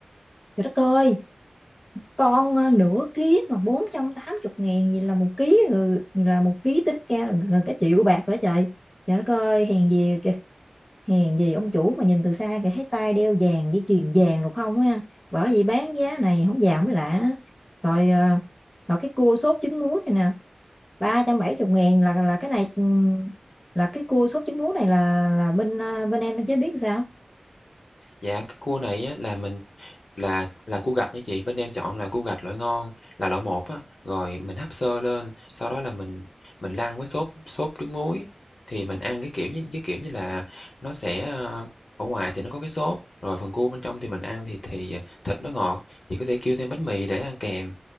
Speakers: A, on the left; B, on the left.
A: trời đất ơi con ờ, nửa ký mà 480 ngàn vậy là một ký rồi là một ký tính ra là gần cả triệu bạc nữa trời trời đất ơi hèn gì kìa hèn gì ông chủ mà nhìn từ xa kìa thấy tay đeo vàng với chuyền vàng được không ha bởi vì bán giá này không vào mới lạ rồi ờ, rồi cái cua sốt trứng muối này nè 370 ngàn là là cái này ừm, là cái cua sốt trứng muối này là là bên ờ, bên em chế biến sao
B: Dạ, cái cua này á là mình là là cua gạch nha chị, bên em chọn là cua gạch loại ngon, là loại một á, rồi mình hấp sơ lên, sau đó là mình mình lăn với sốt sốt nước muối, thì mình ăn cái kiểu như cái kiểu như là nó sẽ, ờ, ở ngoài thì nó có cái sốt, rồi phần cua bên trong thì mình ăn thì thì thịt nó ngọt, chị có thể kêu thêm bánh mì để ăn kèm.